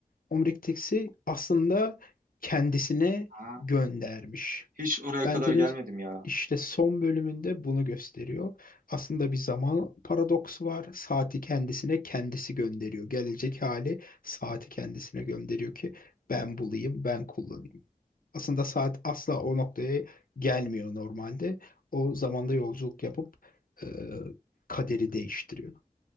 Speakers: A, on the left; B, on the right.
A: Omnictis'i aslında kendisine
B: Ha.
A: göndermiş.
B: Hiç oraya
A: Bentel'in
B: kadar gelmedim ya.
A: işte son bölümünde bunu gösteriyor. Aslında bir zaman paradoksu var. Saati kendisine kendisi gönderiyor. Gelecek hali saati kendisine gönderiyor ki ben bulayım, ben kullanayım. Aslında saat asla o noktaya gelmiyor normalde. O zamanda yolculuk yapıp e, kaderi değiştiriyor.